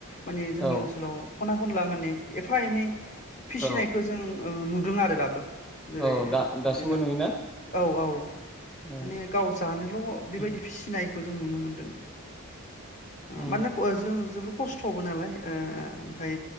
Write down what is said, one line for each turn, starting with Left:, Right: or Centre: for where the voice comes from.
Left: माने जोंनि
Centre: औ
Left: ओनसोलाव खना खनला माने एफा एनै फिसिनायखौ
Centre: औ
Left: जों ओ नुदों आरो दाबो। जेरै
Centre: औ दा दासिमबो
Left: बिदिनो
Centre: नुयोना
Left: औ औ
Centre: औ
Left: माने गाव जानो खौ बेबायदि
Centre: औ
Left: फिसिनाय खौ जों नुनो मोन्दों।
Centre: औ
Left: मानोना ख जों खस्थ'बो नालाय ओ ओमफाय